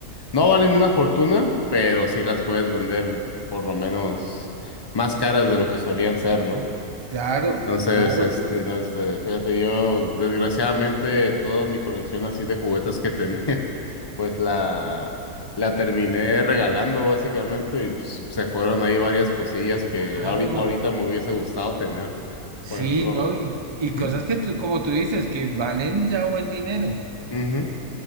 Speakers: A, on the left; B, on the right.
A: no valen una fortuna, pero sí las puedes vender por lo menos más caras de lo que solían ser, ¿no?
B: Claro,
A: Entonces,
B: claro,
A: este, entonces, eh, fíjate, yo desgraciadamente toda mi colección así de juguetes que tenía, <laughs> pues la, la terminé regalando básicamente y pues se fueron ahí varias cosillas
B: claro.
A: que ahori- ahorita me hubiese gustado tener.
B: Sí,
A: Por ejemplo,
B: ¿no? Y, y
A: ujú,
B: cosas que tú, como tú dices, que valen ya buen dinero.
A: ujú.